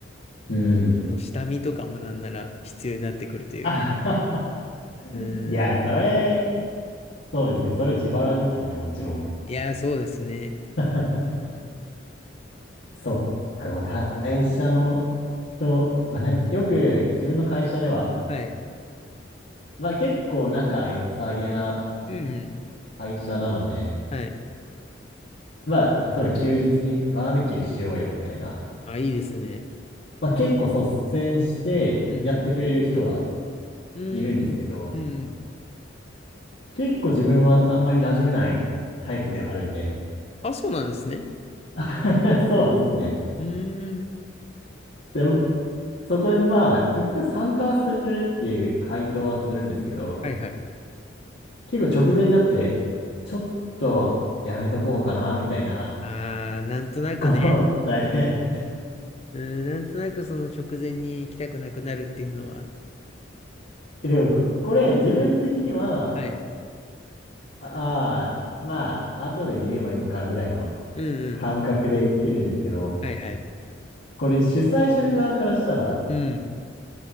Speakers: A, on the left; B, on the left.
A: うん。
B: この下見とかもなんなら必要になってくるというか。
A: あはは <laughs>
B: う
A: いや、
B: ん。
A: それ、そうですね。それ自腹ですもんね、もちろん。
B: いや、そうですね。
A: <laughs> そっか、まあ、会社の人、まあ、なんかよく自分の会社では、
B: はい。
A: まあ、結構仲良さげな
B: うんうん。
A: 会社なので、
B: はい。
A: まあ、例えば休日にバーベキューしようよみたいな、
B: あ、いいですね。
A: まあ、結構率先してやってくれる人が
B: うんうん。
A: いるんですけど、
B: うんうん。
A: 結構自分はあんまり馴染めないタイプではあるんで、
B: あ、そうなんですね。
A: <laughs> そうですね。
B: うん。
A: でも、そこでまあ、一旦参加はするっていう回答はするんですけど、
B: はいはい。
A: 結構直前になって、ちょっとやめとこうかな、みたいな
B: ああ、なんとなくね。
A: ことを伝えて
B: うん、なんとなくその直前に行きたくなくなるっていうのは。
A: <laughs> えでも、これ自分的には、
B: はい。
A: ああー、まあ、後で言えばいいかぐらいの
B: うんうん。
A: 感覚で言ってるんですけど、
B: はいはい。
A: これ主催者側からしたら、
B: うん。